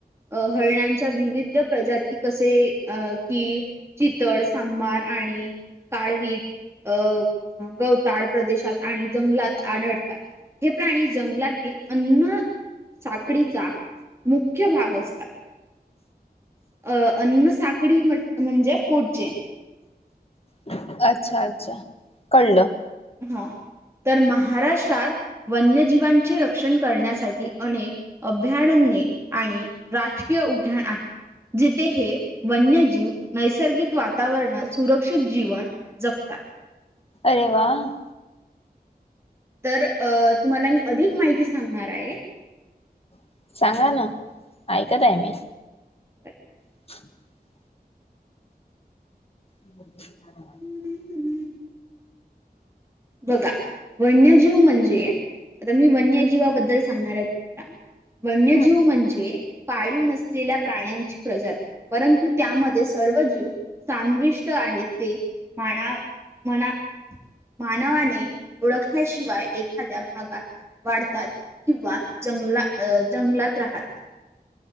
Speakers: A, on the right; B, on the left.
A: <inaudible> <inaudible> अ हळण्याच्या विविध प्रजाती कसे अ की चितड सांबार आणि <inaudible> काळवीट अ गवताड प्रदेशात आणि जंगलात आढळतात <inaudible> हे प्राणी जंगलातील अन्न साखळीचा मुख्य भाग असतात <inaudible> <inaudible> अ अन्न साखळी म्हणजे पोटचेन
B: <inaudible> अच्छा अच्छा कळलं
A: <inaudible> ह तर महाराष्ट्रात <inaudible> वन्यजीवांचे रक्षण करण्यासाठी अनेक अभया्य आणि रा य उद्याण आहे <inaudible> <inaudible> जिथे हे वन्यजीव नैसर्गिक वातावरणात सुरक्षित जीवन जगतात
B: अरे वा <inaudible>
A: <inaudible> तर तुम्हाला मी अधिक माहिती सांगणार आहे
B: <inaudible> सांगा ना ऐकत आहे मी
A: <inaudible> बरं
B: <inaudible> <inaudible>
A: बरं. <inaudible> बघा वन्यजीव म्हणजे आता मी वन्यजीवाबद्दल सांगणार आहे <inaudible> तुम्हाला वन्यजीव
B: हम्म
A: म्हणजे पाळीव नसलेल्या प्राण्यांची प्रजाती <inaudible> परंतु त्यामध्ये सर्व जीव समविष्ट आहेत ते <inaudible> म्हणा म्हणा <inaudible> मानवाने ओळखल्याशिवाय एखाद्या भागात वाढतात किंवा जंगला जंगलात राहतात <inaudible>